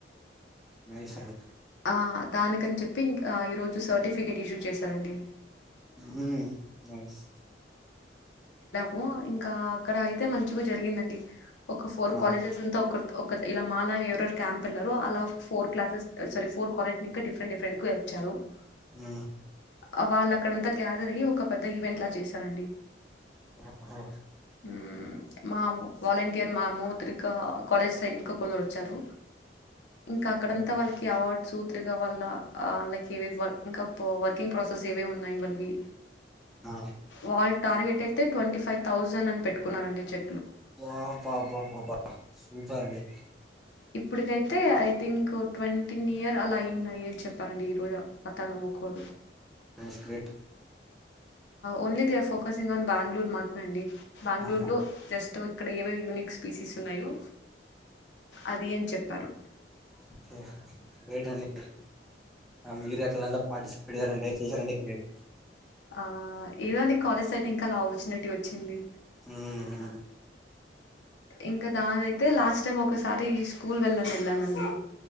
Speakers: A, in the centre; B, on the left.
A: నైసండి.
B: ఆ దానికని చెప్పి ఇంక ఈరోజు సర్టిఫికేట్ ఇషు చేశారండి.
A: ఉ, నైస్
B: మో, ఇం కా అక్కడ అయితే మంచివ జరిగిందండి. ఒక ఫోర్
A: ఆ,
B: కాలేజెస్ అంతా ఒకర్ ఒక్క ద్ ఇలా మాల ఒవరొర్ క్యాం పెల్లరు అలా <unintelligible> ఫోర్ క్లాసెస్ అ సరీ ఫోర్ కాలెట్ నింక డిఫ్రెండిఫ్రెంన్ కు <unintelligible>
A: ఉ
B: అ వాళ్ళు అక్కడంతా గ్యాదర్ అయ్యి ఒక పెద్ద ఈవెంట్ లా చేశారండి.
A: ఆ హా
B: హు, మా వాలంటీయర్ మా మూత్రిక కాలేజ్ సైడ్ నింక కొందరు వచ్చారు. ఇంకా
A: ఓకే
B: అక్కడంతా
A: ఓకే
B: వాళ్ళకి అవార్డ్స్ త్రిక వలన ఆ లై ఇవివ్ వర్క్ ఇంకా పొ వర్కింగ్ ప్రొసెస్ ఏవేవ్ ఉన్నాయ్ వన్వి,
A: ఆ,
B: వాళ్ టార్ గెటె తే ట్వంటీ ఫై్థౌజండ్ అని పెట్టుకున్నరు అండి చె
A: బా బా బా బా బా సూపరండి
B: ఇప్పుడ్ ఇ అయితే ఐ థింక్ ట్వంటీన్ ఇయర్ అలా ఐఇన్టాయ్ అని చెప్పారండి ఈ రోజు అతాను ఒకడు
A: స్క్రిట్
B: only they are focusing on Bangalore మ ండి బెంగళూరులో
A: ఆహా
B: జస్ట్ వ అక్కడ ఏవీ ఏవీ యూనిక్ స్పీసెస్ ఉన్నాయో అదిేం చెప్ప ప్పారు
A: ఒకే గ్రేట్ అండి మీరు ఎక్కలంతా పార్టిసిపేట్ చేసారా చేశారంటే గ్రేట్
B: ఆ ఏద అండి కాలేజ్ సైటింగ్ కా అలా ఆపర్చునిటీ వచ్చింది
A: హమ్
B: ఇంకా దానియితే లాస్ట్ టైమ్ ఒకసారి ఈ స్కూల్ వెళ్ళ నిెల్మడి